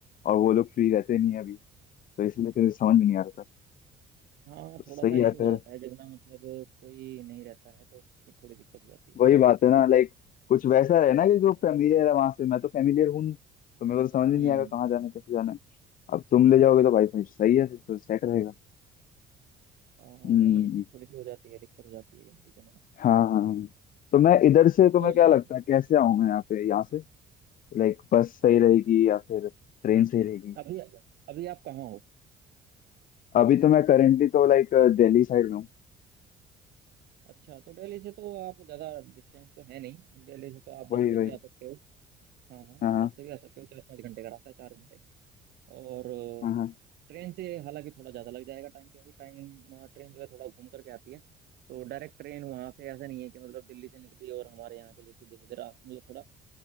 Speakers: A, on the left; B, on the right.
A: और वो लोग फ्री रहते नहीं है अभी तो इसलिए फिर समझ में नहीं आ रहा था
B: हाँ
A: तो
B: थोड़ा
A: सही
B: सा
A: है
B: इशू हो
A: फिर
B: जाता है जब ना मतलब कोई नहीं रहता है तो फिर थोड़ी दिक्कत हो जाती है
A: वही बात है ना लाइक कुछ वैसा रहे ना कि जो फेमिलियर है वहां से मैं तो फेमिलियर हूँ नहीं तो मेरे को तो समझ में
B: हम्म
A: नहीं आएगा कहाँ जाना है कैसे जाना है अब तुम ले जाओगे तो भाई फिर सही है फिर तो सेट रहेगा
B: आ,
A: हम्म
B: नहीं ये चीज थोड़ी सी हो जाती है दिक्कत हो जाती है इन चीजों में ना
A: हाँ हाँ हाँ। तो मैं इधर से
B: बट
A: तुम्हें
B: कोई
A: क्या
B: नहीं
A: लगता है कैसे आऊँ मैं यहाँ पे यहाँ से लाइक बस सही रहेगी या फिर ट्रेन सही रहेगी
B: अभी अभी आप कहाँ हो
A: अभी तो मैं करेंटली तो लाइक दिल्ली साइड में हूँ
B: अच्छा तो दिल्ली से तो आप ज्यादा डिस्टेंस तो है नहीं दिल्ली से तो आप
A: वही
B: बस से
A: वही
B: भी आ सकते हो हाँ हाँ
A: हाँ हाँ
B: बस से भी आ सकते हो चार पाँच घंटे का रास्ता है चार घंटे और
A: हाँ,
B: अ,
A: हाँ।
B: ट्रेन से हालांकि थोड़ा ज़्यादा लग जाएगा टाइम क्योंकि टाइम ट्रेन जो है थोड़ा घूम करके आती है तो डायरेक्ट ट्रेन वहाँ से ऐसा नहीं है कि मतलब दिल्ली से निकली और हमारे यहाँ के लिए सीधे सीधे रात मतलब थोड़ा